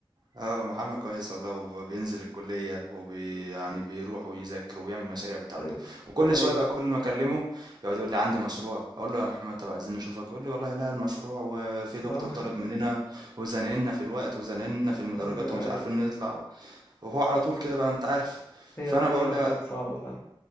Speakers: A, on the right (about 50°); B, on the left (about 25°).
A: آه محمد كويس والله وبينزل الكلية وبي يعني بيروح ويذاكر وبيعمل المشاريع بتاعته
B: طيب
A: وكل
B: ايوه
A: شوية بقى كل ما أكلمه يقعد يقول لي عندي مشروع أقول له يا محمد طب عايزين نشوفك يقول لي والله لا المشروع وفي
B: اه
A: دكتور طالب
B: <laughs>
A: مننا وزنقلنا في الوقت وزنقلنا في المدرجات
B: ايوه
A: ومش
B: ايوه
A: عارفين نطلع وهو على طول كده بقى أنت عارف
B: هي
A: فأنا
B: الدنيا
A: بقول
B: عندهم
A: له
B: صعبة فعلا